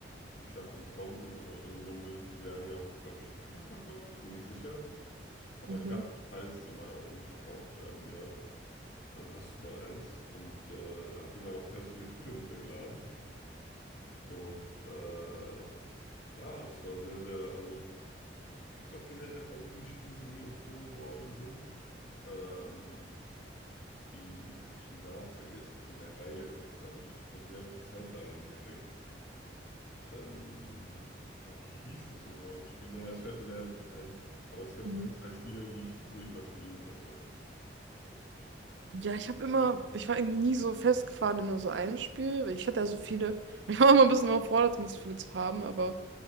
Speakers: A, on the left; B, on the right.
A: und ich dachte mir, komm, so, also irgendwann, will, die werden ja auch, glaube ich, nicht mehr verkauft, ich bin mir nicht sicher, aber
B: Mhm.
A: ich dachte mir, falls die mal auch nicht verkauft werden mehr, dann hast du mal eins und äh, habe mir dann auch ganz viele Spiele runtergeladen und äh, ja, es war sehr, sehr, also es gibt auch generell einige Spiele, die mir empfohlen worden sind. Ähm, wie, jetzt habe ich den Namen vergessen von der Reihe. Ähm, ich habe aber sehr viel Zeit da reingesteckt. Ähm, aber wie hieß das nochmal, das Spiel? Naja, es fällt mir leider nicht ein. Aber es gab
B: Mhm.
A: ein, zwei Spiele, die ich unbedingt mal spielen wollte.
B: Ja, ich habe immer, ich war irgendwie nie so festgefahren in nur so einem Spiel. weil Ich hatte ja so viele. <laughs> Ich war immer ein bisschen überfordert, um so viele zu haben, aber.